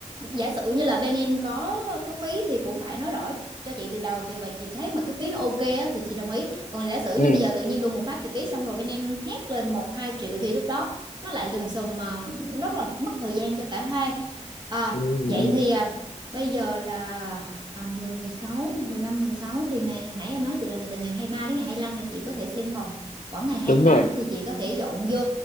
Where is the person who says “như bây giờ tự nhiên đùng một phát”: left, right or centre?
Right